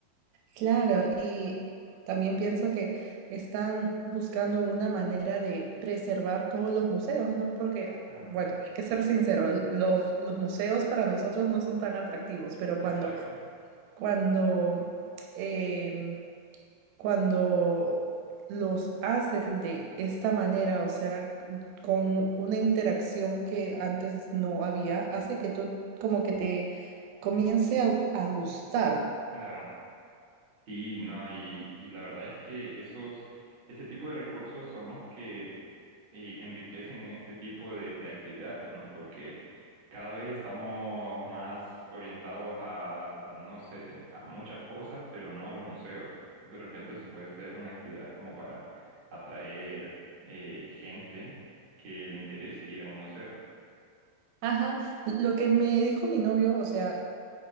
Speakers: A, on the right (about 75°); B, on the right (about 60°).
A: Claro, y también pienso que están buscando una manera de preservar todos los museos, ¿no? Porque, ah,
B: Claro,
A: bueno, hay que ser sincero, los, los museos para nosotros no son tan atractivos, pero cuando,
B: Exacto.
A: cuando, em, cuando los hacen de esta manera, o sea, con una interacción que antes no había, hace que tú como que te comience a a gustar.
B: claro. Sí, no, y, y la verdad es que esos, ese tipo de recursos son los que eh, enriquecen este tipo de, de actividades, ¿no? Porque cada vez estamos más orientados a, no sé, a muchas cosas, pero no a los museos. Entonces, de repente eso puede ser una actividad como para atraer eh, gente que le interese ir a un museo.
A: Ajá, lo que me dijo mi novio, o sea,